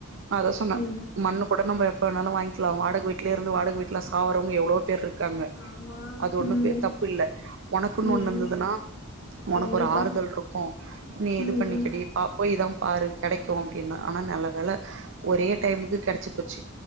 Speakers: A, on the right; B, on the left.
A: நா அதா சொன்ன
B: ம்
A: மண்ணு கூட நம்ம எப்ப வேணாலு வாய்ங்க்கிலா வாடகை வீட்லயே இருந்து வாடக வீட்ல சாவுறவங்க எவ்ளோவோ பேர் இருக்காங்க
B: ஆமா
A: அது ஒண்ணு
B: ம்
A: பே தப்பில்ல ஒனக்குன்
B: ம்
A: ஒண்ணு இந்துதுன்னா
B: ம்
A: ஒனக்கொரு
B: கண்டிப்பா
A: ஆறுதல்ருக்கு நீ இது
B: ம்
A: பண்ணிக்கடி
B: ம்
A: அ போய்தா பாரு கெடைக்கு அப்டின்ன ஆனா நல்ல வேல ஒரே டைமுக்கு கெடச்சு போச்சு